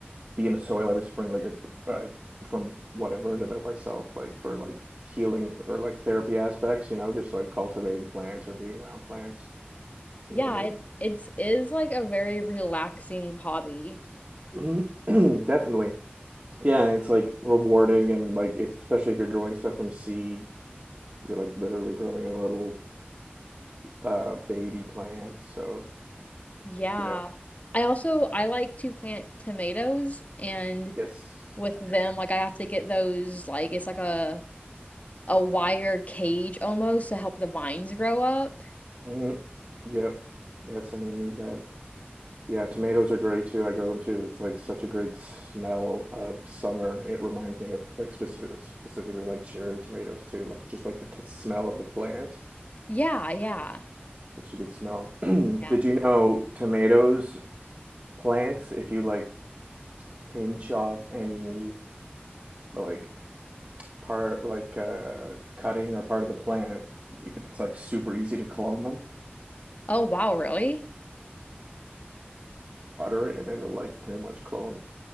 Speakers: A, on the right; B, on the left.
A: be in the soil every spring. Like I, from what I've learned about myself, like for like healing or like therapy aspects, you know, just like cultivating plants or being around plants. You
B: Yeah,
A: know what
B: it it's is like a very relaxing hobby.
A: I mean? <clears throat> Definitely. Yeah, and it's like rewarding and like if, especially if you're growing stuff from seed, you're like literally growing a little uh baby plant. So
B: Yeah.
A: yeah.
B: I also I like to plant tomatoes and
A: Yes.
B: with them like I have to get those like it's like a a wire cage almost to help the vines grow up.
A: Yeah. Mm-hmm. Yep. Yeah, some of them need that. Yeah, tomatoes are great too. I grow them too. It's like such a great smell of summer. It reminds me of like specific, specifically like cherry tomatoes too, like just like the pl- smell of the plant.
B: Yeah, yeah.
A: Such a good smell. <clears throat> Did
B: Yeah.
A: you know tomatoes plants, if you like pinch off any like part like uh, cutting or part of the plant, it's like super easy to clone them.
B: Oh wow, really?
A: Water it, and it'll like pretty much clone